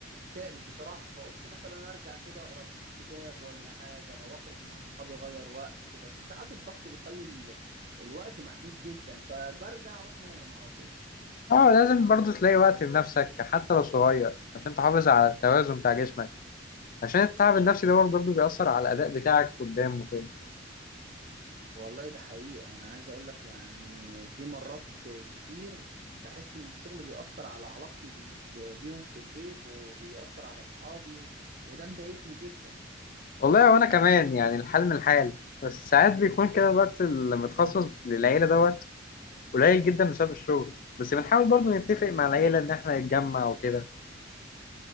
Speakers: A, on the right; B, on the left.
A: تعبت بصراحة فقلت مثلا أرجع كده أقرأ كتاب ولا حاجة وأخرج مع صحابي أغير وقت بس ساعات الضغط بيخلي ال... الوقت محدود جدا فبرجع أروح نايم على طول
B: أه لازم برضه تلاقي وقت لنفسك حتى لو صغير عشان تحافظ على التوازن بتاع جسمك عشان التعب النفسي ده برضه بيأثر على الأداء بتاعك قدام وكده
A: والله ده حقيقة أنا عايز أقولك يعني في مرات كتير بحس إن الشغل بيأثر على علاقتي بين- ب- بيهم في البيت وبيأثر على أصحابي و... وده مضايقني جدا
B: والله وأنا كمان يعني الحال من الحال بس ساعات بيكون كده الوقت اللي متخصص للعيلة دوت قليل جدا بسبب الشغل بس بنحاول برضو نتفق مع العيلة إن إحنا نتجمع وكده